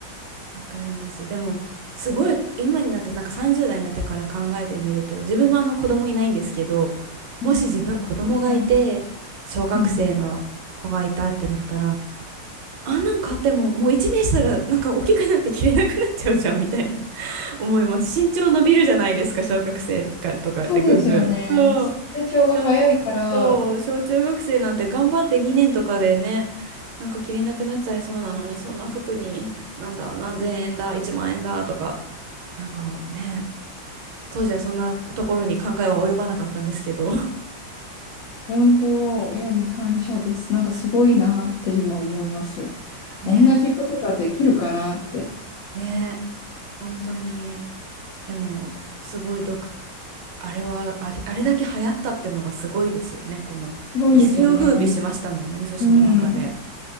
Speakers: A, on the right; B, on the left.
A: わかります。でも、すごい、今になって、なんか30代になってから考えてみると、自分はあの子供いないんですけど、
B: うん私はい。
A: もし自分子供がいて、小学生の子がいたってなったら、
B: うん
A: あんなん買ってももう1年したらなんか大きくなって着れなくなっちゃうじゃんみたいな <laughs> 思います身長伸びるじゃないですか小学生とか、とかってぐんぐんそう
B: そうですよね。成長が早いから、
A: 小、そう小中学生なんて頑張って2年とかでねなんか着れなくなっちゃいそうなのにそんな服になんだ何千円だ1万円だとかなんかね当時はそんなところに考えは及ばなかったんですけど
B: 本当、親に感謝です。なんかすごいなって今思います。
A: <laughs> ね
B: 同じことができるかなって。
A: ねえ、本当に。でも、すごい独、あれは、あれ、あれだけ流行ったってのがすごいですよね。この一世を風靡しましたもんね、
B: すごいですよね。
A: 女子の中で。
B: うんん。